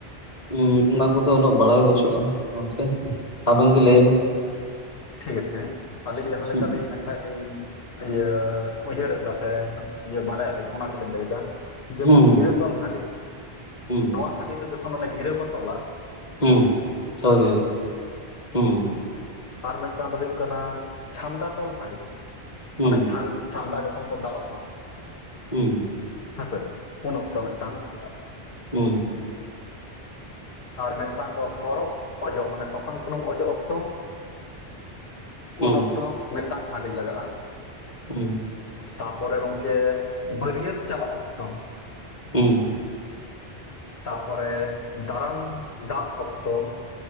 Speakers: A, on the left (about 40°); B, on the left (about 60°).
A: ᱩᱸ ᱚᱱᱟ ᱠᱚᱫᱚ ᱩᱱᱟᱹᱜ ᱵᱟᱲᱟᱭ ᱵᱟᱹᱪᱩᱜ-ᱟ ᱜᱚᱝᱠᱮ ᱟᱵᱤᱱ ᱜᱮ ᱞᱟᱹᱭ ᱵᱤᱱ?
B: ᱴᱷᱤᱠ ᱠᱟᱪᱷᱮ ᱟᱹᱞᱤᱧ ᱡᱟᱦᱟ ᱞᱮᱠᱟᱞᱤᱧ
A: ᱦᱩᱸ
B: ᱮᱱᱠᱷᱟᱡ ᱞᱤᱧ ᱤᱭᱟᱹ ᱩᱭᱦᱟᱹᱨ ᱮᱫᱟ ᱥᱮ ᱼᱼ ᱤᱭᱟᱹ ᱵᱟᱰᱟᱭᱟᱞᱤᱧ ᱚᱱᱟ ᱠᱚᱞᱤᱧ ᱞᱟᱹᱭᱮᱫᱟ ᱡᱮᱢᱚᱱ
A: ᱦᱩᱸ
B: ᱜᱤᱨᱟᱹ ᱛᱚᱞ ᱦᱟᱺᱰᱤ
A: ᱦᱩᱸ
B: ᱱᱚᱣᱟ ᱦᱟᱺᱰᱤᱼᱼ ᱛᱤ ᱛᱮ ᱡᱚᱠᱷᱚᱱ ᱚᱱᱮ ᱜᱤᱨᱟᱹ ᱠᱚ ᱛᱚᱞᱟ ᱼᱼ
A: ᱦᱩᱸ ᱦᱚᱭᱜᱮ ᱦᱩᱸ ᱾
B: ᱟᱨ ᱢᱤᱫᱴᱟᱝ ᱫᱚ ᱦᱩᱭᱳᱜ ᱠᱟᱱᱟ ᱪᱷᱟᱢᱰᱟ ᱛᱚᱞ ᱦᱟᱺᱰᱤ
A: ᱦᱩᱸ
B: ᱚᱱᱮ ᱪᱷᱟᱢ ᱼᱼ ᱪᱷᱟᱢᱰᱟ ᱡᱚᱠᱷᱚᱱ ᱠᱚ ᱫᱟᱞᱚᱵᱟ ᱾
A: ᱦᱩᱸ ᱾
B: ᱦᱮᱸ ᱥᱮ ᱩᱱ ᱚᱠᱛᱚ ᱢᱤᱫᱴᱟᱝ ᱼᱼ
A: ᱦᱩᱸ
B: ᱟᱨ ᱢᱤᱫᱴᱟᱝ ᱫᱚ ᱦᱚᱨᱚᱜ ᱚᱡᱚᱜ ᱢᱟᱱᱮ ᱥᱟᱥᱟᱝ ᱥᱩᱱᱩᱢ ᱚᱡᱚᱜ ᱚᱠᱛᱚ᱾
A: ᱦᱩᱸ
B: ᱩᱱ ᱚᱠᱛᱚ ᱢᱤᱫᱴᱟᱝ ᱦᱟᱺᱰᱤ ᱞᱟᱜᱟᱜ-ᱟ᱾
A: ᱦᱩᱸᱻ
B: ᱛᱟᱨᱯᱚᱨᱮ ᱜᱚᱝᱠᱮ ᱵᱟᱹᱨᱭᱟᱹᱛ ᱪᱟᱞᱟᱜ ᱚᱠᱛᱚ ᱾
A: ᱦᱩᱸ
B: ᱛᱟᱨᱯᱚᱨᱮ ᱫᱟᱨᱟᱢ ᱫᱟᱜ ᱚᱠᱛᱚᱼᱼ